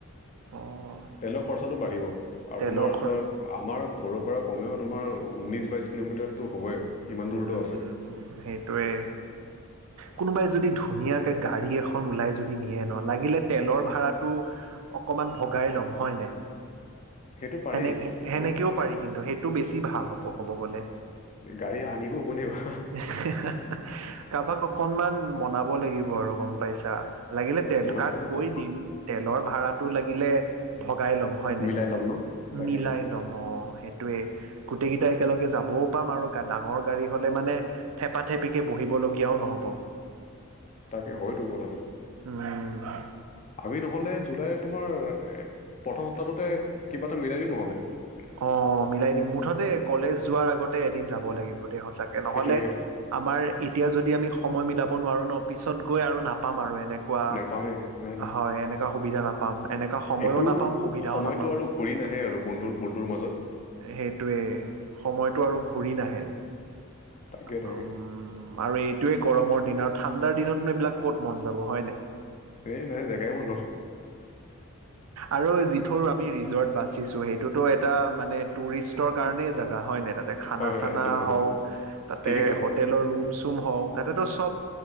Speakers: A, on the right (about 75°); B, on the left (about 35°).
A: অঁ
B: তেলৰ খৰচাটো বাঢ়িব আৰু
A: তেলৰ
B: তোমাৰ
A: খৰ
B: চোৱা আমাৰ ঘৰৰ পৰা কমেও তোমাৰ ঊনৈশ বাইশ কিলোমিটাৰতো হ'বই ইমান দূৰতো
A: উম
B: আছে
A: সেইটোয়ে কোনোবাই যদি ধুনীয়াকৈ গাড়ী এখন ওলাই যদি নিয়ে ন লাগিলে তেলৰ ভাড়াটো অকমান ভগাই ল'ম হয়নে
B: সেইটো পাৰি
A: সেনে
B: কিন্তু
A: সেনেকেও পাৰি কিন্তু সেইটো বেছি ভাল হ'ব ক'ব গলে
B: গাড়ী আনিব কোনে বা
A: হি হা হা <unintelligible> কাৰোবাক অকনমান মনাব লাগিব আৰু গম পাইছা লাগিলে তেল
B: বনাই
A: কাক
B: চালে
A: কৈ
B: হ'ল
A: দিম তেলৰ ভাড়াটো লাগিলে মিলাই লম হয় নাই
B: মিলাই ল'ম ন তাকে
A: মিলাই লম অ অঁ সেইটোৱেই গোটেইকেইটা একেলগে যাবও পাম আৰু ডাঙৰ গাড়ী হ'লে মানে থেপা থেপ <unintelligible> পিকে বহিবলগীয়াও নহ'ব <unintelligible>
B: তাকে হয়তো কথাটো
A: উম।
B: আমি নহলে জুলাইত তোমাৰ প্ৰথম সপ্তাহটোতে কিবা এটা মিলাই দিওঁ নহলে <unintelligible>
A: অ মিলাই দিম মুঠতে কলেজ যোৱাৰ আগতে এদিন যাব লাগিব দে সঁচাকে নহলে
B: সেইটোৱে সেইটোৱে
A: আমাৰ এতিয়া যদি আমি সময় মিলাব নোৱাৰো ন পিছত গৈ আৰু নাপাম আৰু এনেকুৱা
B: নেপামে নাই নাই
A: হয় এনেকোৱা সুবিধা নাপাম এনেকুৱা সময়ও
B: এইটো
A: নাপাম সুবিধাও
B: সময়টো
A: নাপাম
B: আৰু ঘূৰি নাহে আৰু বন্ধুৰ বন্ধুৰ মাজত
A: সেইটোৱে সময়টো আৰু ঘূৰি নাহে উম
B: তাকে তাকে
A: আৰু এই এইোৱে গৰমৰ দিন আৰু ঠাণ্ডাৰ দিনতনো এইবিলাক ক'ত মন যাব হয় নাই
B: এই নাই জেগাই বন্ধ <unintelligible>
A: আৰু যিটো আমি ৰিজৰ্ট বাচিছো সেইটোতো এটা মানে টুৰিষ্টৰ কাৰণে জাগা হয় ন <unintelligible> তাতে খানা
B: হয় হয়
A: চানা
B: একদম একদম
A: হওক তাতে
B: ঠিকে কৈছা
A: হোটেলৰ ৰুম চুম হওক তাতেতো